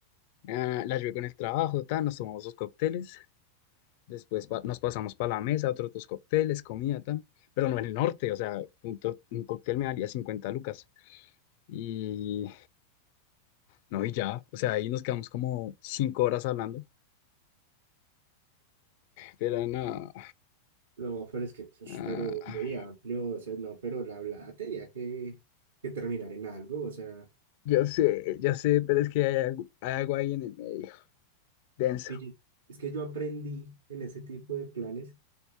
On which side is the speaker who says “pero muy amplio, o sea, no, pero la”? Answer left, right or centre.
Right